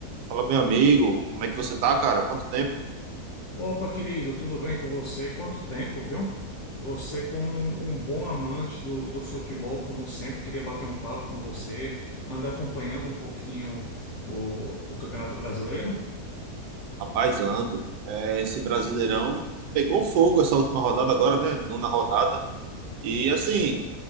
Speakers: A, on the right (about 85°); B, on the left (about 60°).
A: Fala, meu amigo, como é que você tá, cara? Quanto tempo?
B: Opa, querido, tudo bem com você? Quanto tempo, viu? Você, como um um bom amante do, do futebol, como sempre, queria bater um papo com você, anda acompanhando um pouquinho o, o Campeonato Brasileiro?
A: Rapaz, ando. É, esse Brasileirão pegou fogo essa última rodada agora, né? Nona rodada. E assim,